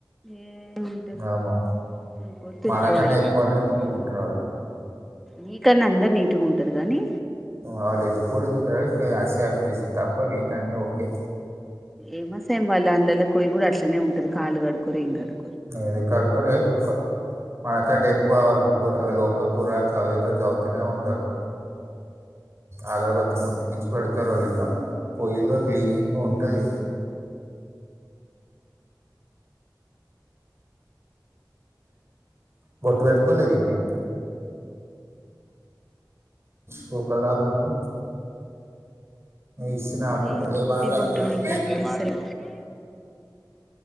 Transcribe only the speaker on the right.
ఆమా.
మనకన్నా ఎక్కువనే
నీట్గా ఉంటారు వాళ్ళు
ఆళ్ళు ఎత్తుకోలేదు ఇక్కడ ఎస్ సి ఎం పిసి తప్ప మీగత అన్ని ఓకే
నేను కడుక్కులే ఏ కూకో మనకంటే ఎక్కువవ్వాలి కూర లోపల కూరగయలు తరుగుత తరుగతూనే ఉంటారు ఆగర్ బత్తి మున్ ఇచ్చి పెడతారు ఆళ్ళు క పొలిల్లో క్లీన్గా ఉంటది బొట్లు పెట్టు కోలేదేమే కుక్కలాగా ఉంది ఇచ్చిన ఆమెకు
ఏ మాట్లాడుతుంది